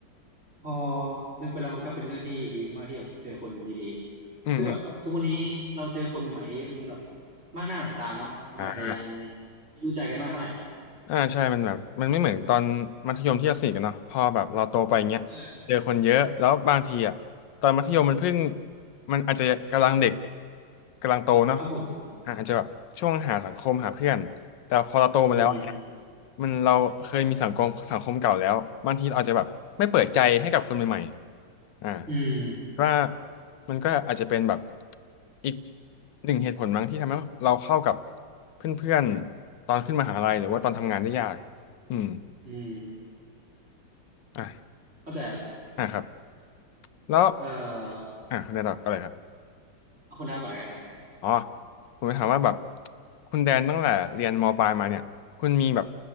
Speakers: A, on the right; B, on the left.
A: พอนึกไปแล้วมันก็เป็นเรื่องที่ดีมากๆที่แบบเจอคนดีๆซึ่งแบบทุกวันนี้เราเจอคนใหม่ๆเยอะมันแบบ
B: อืมอืม
A: มากหน้าหลายตาเนาะมันอาจจะยัง
B: อ่า
A: ไม่รู้ใจกันมากเท่าไหร่
B: อ่าใช่มันแบบมันไม่เหมือนตอนมัธยมที่เราสนิทกันเนาะพอแบบเราโตไปเงี้ยเจอคนเยอะแล้วบางทีอ่ะตอนมัธยมมันเพิ่ง
A: ใช่
B: มันอาจจะกำลังเด็กกำลังโตเนาะ
A: ครับผม
B: อาจจะแบบช่วงหาสังคมหาเพื่อนแต่พอเราโตมาแล้วเนี่ย
A: อืม
B: มันเราเคยมีสังคมสังคมเก่าแล้วบางทีเราอาจจะแบบไม่เปิดใจให้กับคนใหม่ๆอ่า
A: อืม
B: ว่ามันก็อาจจะเป็นแบบอีกหนึ่งเหตุผลมั้งที่ทำให้เราเข้ากับเพื่อนๆตอนขึ้นมหาลัยหรือว่าตอนทำงานได้ยากอืม
A: อืม
B: อ่ะ
A: เข้าใจครับ
B: อ่ะครับแล้ว
A: เอ่อ
B: อ่ะคุณอาอะไรครับ
A: เอาคนนับก่อนแล้วกัน
B: อ๋อผมจะถามว่าแบบคุณแดนตั้งแต่เรียนมปลายมาเนี่ยคุณมีแบบ